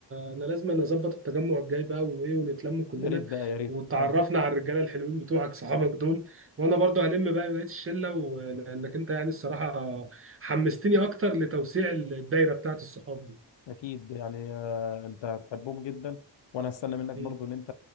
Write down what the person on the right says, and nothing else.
انا لازم نظبط التجمع الجاي بقى وايه ونتلم كلنا
وتعرفنا
على الرجالة الحلوين بتوعك صحابك دول وانا برضو هلم بقى بقية الشلة و- لانك انت يعني الصراحة حمستني اكتر لتوسيع الدايرة بتاعت الصحاب دي
مم.
ان